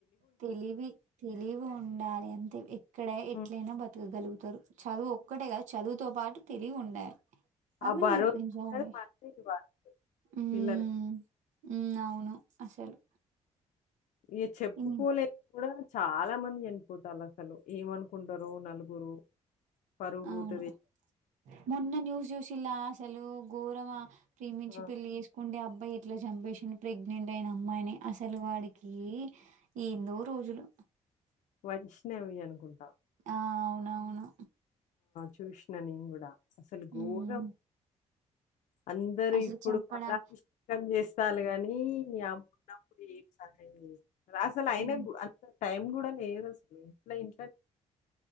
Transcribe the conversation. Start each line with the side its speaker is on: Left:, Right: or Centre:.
Right: తెలివి తెలివి ఉండాలి అంటే ఎక్కడ ఎట్లైనా
Left: హ్మ్.
Right: బతకగలుగు తరు చదువు ఒక్కటే కాదు చదువుతో పాటు తెలివి ఉండాలి. అవి
Left: ఆ భరోసా
Right: నేర్పించాలి.
Left: అనేది మనమే ఇవ్వాలి
Right: హ్మ్
Left: పిల్లలక్
Right: హ్మ్ అవును అసలు
Left: ఇగ చెప్పుకోలేక
Right: ఇన్
Left: కూడా చాలా మంది చనిపోతాల్లసలు ఏమనుకుంటరో నలుగురు పరువు
Right: అవును
Left: పోతది.
Right: మొన్న న్యూస్ జూషిల్లా లాస్ లు ఘోరమ ప్రేమించి
Left: ఆ!
Right: పెళ్లి చేసుకుంటే అబ్బ అబ్బా ఇట్లా చంపేసి ప్రెగ్నెంట్ అయిన అమ్మాయిని అసలు వాడికీ ఎందో ఓ రోజులు
Left: వైష్ణవి అనుకుంటా
Right: ఆ అవునవును
Left: చూసినా నేను గూడా అసలు
Right: హ్మ్
Left: గోరం అందరు
Right: అసలు
Left: ఇప్పుడు
Right: చంపడా
Left: పాలాభిషేకం చేస్ చాలు కానీ నీ అమ్మున్నప్పుడు ఏం <inaudible> అసలు అయిన
Right: హ్మ్.
Left: కూడా అంత టైమ్ కూడా లేదు అసలు ఇట్ల ఇం